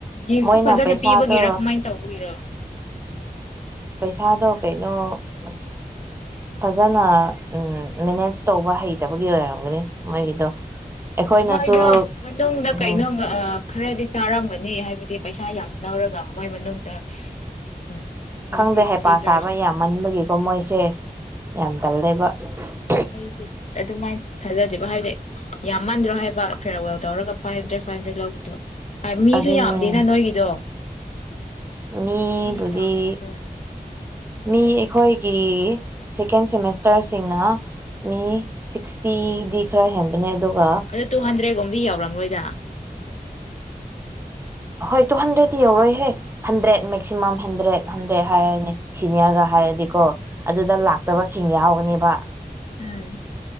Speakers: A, on the left (about 50°); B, on the right (about 15°).
A: ꯒꯤꯐꯇꯨ
B: ꯃꯣꯏꯅ
A: ꯐꯖꯅ
B: ꯄꯩꯁꯥꯗꯣ
A: ꯄꯤꯕꯒꯤꯔ ꯀꯃꯥꯏꯅ ꯇꯧꯕꯒꯤꯔ꯫
B: ꯁꯥꯗꯣ ꯀꯩꯅꯣ ꯑꯁ ꯐꯖꯅ ꯃꯦꯅꯦꯖ ꯇꯧꯕ ꯍꯩꯇꯕꯒꯤ ꯑꯣꯏꯔꯝꯒꯅꯤ ꯃꯣꯏꯒꯤꯗꯣ꯫ ꯑꯩꯈꯣꯏꯅꯁꯨ
A: ꯃꯣꯏꯗꯣ ꯃꯅꯨꯡꯗ
B: ꯎꯝ
A: ꯀꯩꯅꯣꯝ ꯑ꯫ ꯈꯔꯗꯤ ꯆꯥꯔꯝꯒꯅꯤ ꯍꯥꯏꯕꯗꯤ ꯄꯩꯁꯥ ꯌꯥꯝ꯫ ꯂꯧꯔꯒ ꯃꯣꯏ ꯃꯅꯨꯡꯗ ꯎ ꯍꯥꯏꯕꯗꯤ
B: ꯈꯪꯗꯦ ꯍꯩꯄꯥ
A: ꯂꯤꯗꯔꯁ
B: ꯁꯥꯕ ꯌꯥꯝꯃꯟꯕꯒꯤꯀꯣ
A: ꯎꯝ꯫
B: ꯃꯣꯏꯁꯦ ꯌꯥꯝ <inaudible>
A: ꯑꯩꯁꯦ ꯑꯗꯨꯃꯥꯥꯏ꯫ ꯊꯥꯖꯗꯦꯕ ꯍꯥꯏꯕꯗꯤ꯫ ꯌꯥꯝꯃꯟꯗ꯭ꯔꯣ ꯍꯥꯏꯕ ꯐꯦꯔꯋꯦꯜ ꯇꯧꯔꯒ꯫ ꯐꯥꯏꯚ ꯍꯟꯗ꯭ꯔꯦ ꯐꯥꯏꯚ ꯍꯟꯗ꯭ꯔꯦ ꯂꯧꯕꯗꯣ꯫ ꯃꯤꯁꯨ
B: ꯑꯗꯨꯅꯦ
A: ꯌꯥꯝꯗꯦꯅ ꯅꯣꯏꯒꯤꯗꯣ꯫
B: ꯃꯤꯕꯨꯗꯤ꯫
A: ꯃꯤ ꯌꯥꯝꯔꯝꯔꯣꯏ
B: ꯃꯤ ꯑꯩꯈꯣꯏꯒꯤ ꯁꯦꯀꯦꯟ ꯁꯦꯃꯦꯁꯇꯔꯁꯤꯡꯅ ꯃꯤ ꯁꯤꯛꯁꯇꯤꯗꯤ ꯈꯔ ꯍꯦꯟꯕꯅꯦ꯫ ꯑꯗꯨꯒ
A: ꯑꯗꯨ ꯇꯨ ꯍꯟꯗ꯭ꯔꯦ꯫ ꯂꯣꯝꯗꯤ ꯌꯧꯔꯝꯂꯣꯏꯗ꯫
B: ꯍꯣꯏ ꯇꯨ ꯍꯟꯗ꯭ꯔꯦꯗꯇꯤ ꯌꯧꯔꯣꯏꯍꯦ ꯍꯟꯗ꯭ꯔꯦꯠ ꯃꯦꯛꯁꯤꯃꯝ ꯍꯟꯗ꯭ꯔꯦꯠ꯫ ꯍꯟꯗ꯭ꯔꯦꯠ
A: ꯎꯝ
B: ꯍꯥꯏꯔꯅꯤ ꯁꯤꯅꯤꯌꯔꯒ
A: ꯑꯗꯨꯅꯦ
B: ꯍꯥꯏꯔꯗꯤꯀꯣ꯫ ꯑꯗꯨꯗ ꯂꯥꯛꯇꯕꯁꯤꯡ ꯌꯥꯎꯒꯅꯤꯕ꯫
A: ꯎꯝ